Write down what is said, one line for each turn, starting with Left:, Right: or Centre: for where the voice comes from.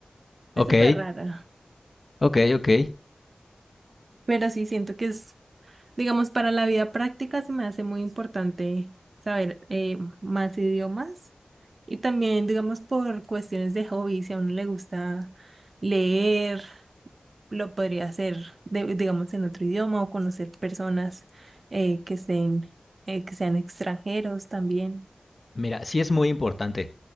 Right: Fue
Left: Ok,
Right: súper raro,
Left: ok, ok.
Right: pero sí siento que es Digamos, para la vida práctica se me hace muy importante saber eh, más idiomas y también, digamos, por cuestiones de hobby, si a uno le gusta leer, lo podría hacer, de- digamos, en otro idioma o conocer personas eh, que estén, eh, que sean extranjeros también.
Left: Mira, sí es muy importante,